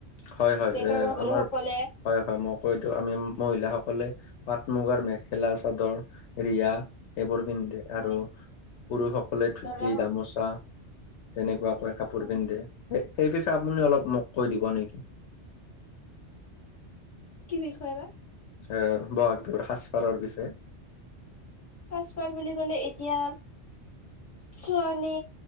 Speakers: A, on the left (about 85°); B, on the left (about 40°).
A: হয় হয়
B: ডেকা
A: এ
B: গাভৰু
A: আমাৰ
B: সকলে।
A: হয় হয় মই কৈ দিো আমি মহিলাসকলে পাট মুগাৰ মেখেলা চাদৰ ৰিহা এইবোৰ পিন্ধে
B: হয়
A: আৰু পুৰুষসকলে ধুতি
B: ধৰা
A: গামোচা তেনেকুৱা কাপোৰ
B: হয়
A: পিন্ধে সেই বিষয়ে আপুনি অলপ মোক কৈ দিব নেকি।
B: কি বিষয় বা?
A: আহ বহাগবিহুৰ সাজ পাৰৰ বিষয়ে।
B: সাজপাৰ বুলি কলে এতিয়া ছোৱালী